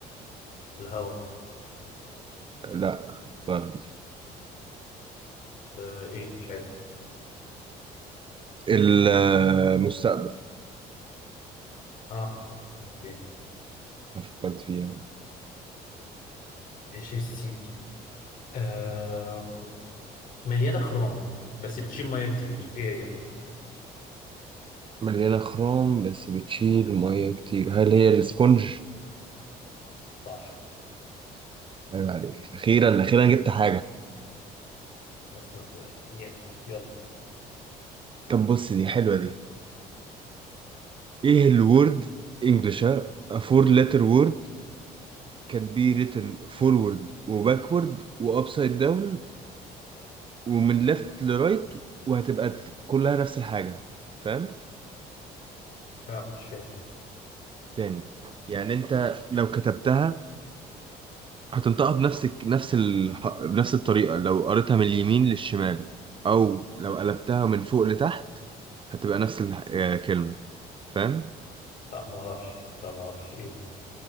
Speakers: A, on the left (about 55°); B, on the right (about 30°).
A: الهواء
B: لا غلط
A: آه ايه مش عارف
B: المستقبل
A: اه اوكي
B: ما فكرت فيه يعني.
A: ماشي يا سيدي آه مليانه خروم بس بتشيل ميه كتير ايه هي
B: مليانة خروم بس بتشيل مية كتير هل هي الاسفنج؟
A: صح
B: عيب عليك أخيرا أخيرا جبت حاجة
A: استنى جامد يلا
B: طب بص دي حلوة دي إيه الورد إنجلش ها A four letter word can be written forward و backward و upside down ومن left ل right وهتبقى كلها نفس الحاجة فاهم؟
A: لا مش فاهم
B: تاني يعني أنت لو كتبتها هتنطقها بنفس نفس ال... بنفس الطريقة لو قريتها من اليمين للشمال أو لو قلبتها من فوق لتحت هتبقى نفس الكلمة فاهم؟
A: لا ما اعرفش لا ما اعرفش ايه